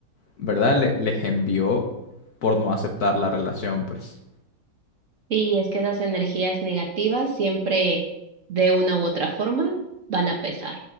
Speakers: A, on the left; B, on the right.
A: ¿verdad? Le- les envió por no aceptar la relación, pues.
B: Sí, es que esas energías negativas siempre de una u otra forma van a pesar.